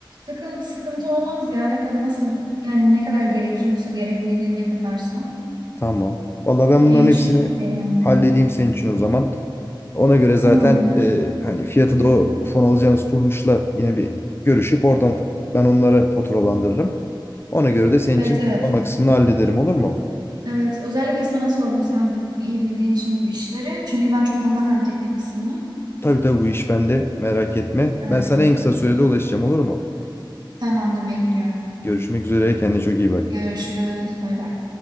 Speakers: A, on the right (about 55°); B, on the left (about 30°).
A: sıkıntı sıkıntı olmaz ya ne kadar nasıl yani ne kadar gerekiyorsa gerekliliği ne kadarsa
B: tamam. Valla ben bunların
A: benim
B: hepsini
A: için okey yani.
B: halledeyim senin için o zaman. Ona göre
A: Tamamdır.
B: zaten e, hani fiyatı
A: Hı hı.
B: da o fon alacağınız kuruluşla yine bir görüşüp oradan fa- ben onlara faturalandırırım. Ona göre de senin
A: Evet
B: için
A: evet.
B: toplama kısmını hallederim olur mu?
A: Evet. Özellikle sana sordum sen iyi bildiğin için bu işleri. Çünkü ben çok anlamıyorum teknik kısmını.
B: Tabii tabii bu iş bende merak etme.
A: Evet.
B: Ben sana en kısa sürede ulaşacağım olur mu?
A: Tamamdır bekliyorum.
B: Görüşmek üzere. Kendine çok iyi bak.
A: Görüşürüz. Bay bay.